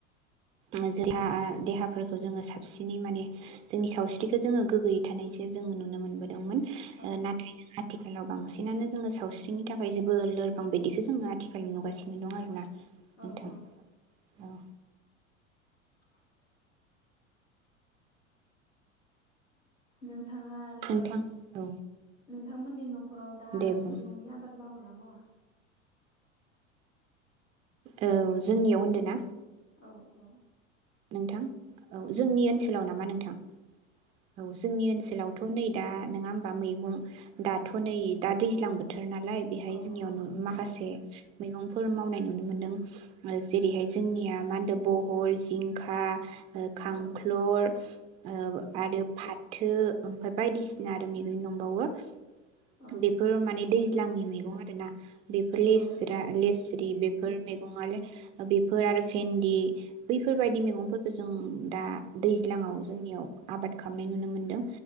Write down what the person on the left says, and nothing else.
औ
औ औ
<inaudible> नों थाङा आरो
नोंथमोननि न'खराव दा
मैगंनि आबाद मावो ना मावा
औ औ
औ
औ
औ औ
औ
औ
औ औ